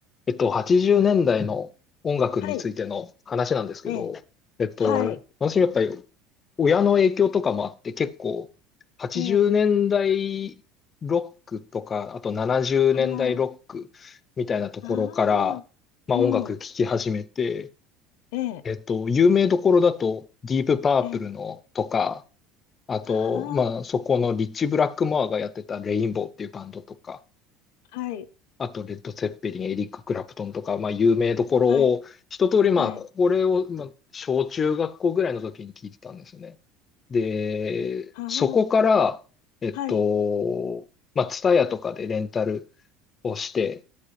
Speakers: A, on the left (about 20°); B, on the left (about 80°).
A: えっと、80年代の音楽についての話なんですけど、
B: はい。ええ。
A: えっと、
B: はい。
A: 私やっぱり親の影響とかもあって結構、80年代ロックとか、
B: ええ。
A: あと70年代ロックみたいなところから、
B: ああ。ああ。
A: まあ音楽聴き始めて、
B: うん。ええ。
A: えっと、有名どころだとディープパープルのとか、
B: ええ。
A: あと、
B: あ
A: まあそこのリッチ・
B: あ。
A: ブラックモアがやってたレインボーっていうバンドとか、
B: はい。
A: あと、レッド・ツェッペリン、エリック・クラプトンとか、まあ、有名どころを、
B: はい。
A: 一通り、
B: はい。
A: まあ、これを、まあ、小中学校ぐらいの時に聞いてたんですよね。で、
B: ああ。
A: そこから、えっと、
B: はい。
A: まあ、ツタヤとかでレンタルをして、